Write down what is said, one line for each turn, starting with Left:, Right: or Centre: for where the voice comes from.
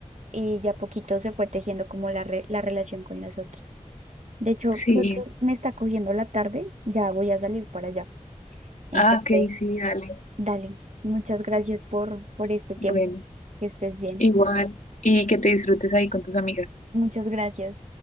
Right: Y de a poquito se fue tejiendo como la, re- la relación con las otras. De hecho,
Left: Sí.
Right: creo que me está cogiendo la tarde, ya voy a salir para allá. Entonces,
Left: Ah, ok, sí, dale.
Right: dale, muchas gracias por, por este tiempo.
Left: Bueno,
Right: Que estés bien.
Left: igual. Y que te disfrutes ahí con tus amigas.
Right: Muchas gracias.